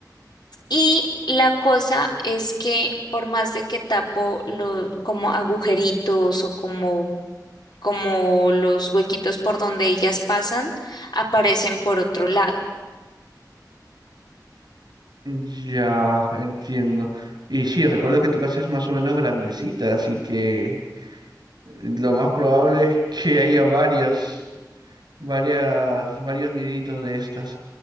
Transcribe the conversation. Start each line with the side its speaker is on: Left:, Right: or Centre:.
Left: Y la cosa es que por más de que tapo lo, como agujeritos o como, como los huequitos por donde ellas pasan, aparecen por otro lado.
Right: Ya, entiendo. Y sí, recuerdo que tu casa es más o menos grandecita, así que lo más probable es que haya varias, varias, varios niditos de estas.